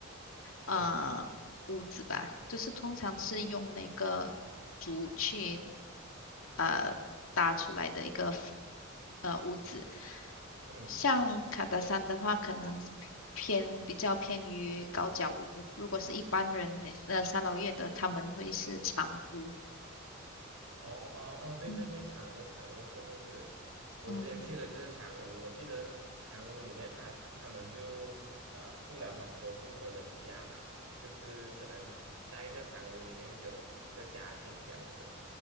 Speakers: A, on the left; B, on the right.
A: 呃屋子吧，
B: 嗯
A: 就是通常是用那个竹去呃搭出来的一个 f- 呃屋子。
B: 嗯，
A: 像卡达山的话，可能偏比较偏于高脚屋。如果是一般人呃三老越的，他们会是长屋。
B: 哦哦哦，对对对，
A: 嗯
B: 长屋长屋是是是，我之前去的就是长屋，
A: 嗯
B: 我记得长屋里面他他们就呃住了很多户的人家嘛，就是可能在一个长屋里面有几个家庭这样子。